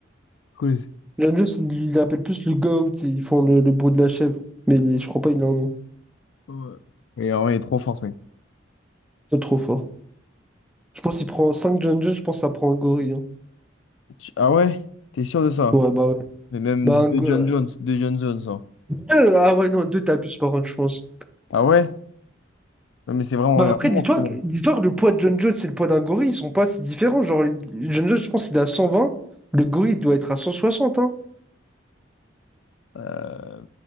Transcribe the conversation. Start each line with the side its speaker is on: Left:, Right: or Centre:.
Left: Cool.
Centre: John Jones, il l'appelle plus le GOAT et ils font le, le bruit de la chèvre. Mais il est- je crois pas il a un nom.
Left: Ouais. Mais en vrai, il est trop fort, ce mec.
Centre: C'est trop fort. Je pense qu'il prend 5 John Jones, je pense que ça prend un gorille. hein.
Left: Tu- Ah ouais? T'es sûr de ça?
Centre: Ouais, bah ouais.
Left: Mais même
Centre: Bah, un
Left: de
Centre: go-
Left: John
Centre: euh,
Left: Jones, de John Jones, hein.
Centre: Deux, ah ouais, non, deux t'abuses par contre, je pense.
Left: Ah ouais? Non, mais c'est vraiment
Centre: Bah
Left: un
Centre: après,
Left: monstre,
Centre: dis-toi, que- dis-toi que le poids de John Jones et le poids d'un gorille, ils sont pas si différents. Genre, les- John Jones, je pense qu'il est à 120, le gorille il doit être à 160, hein.
Left: Euh,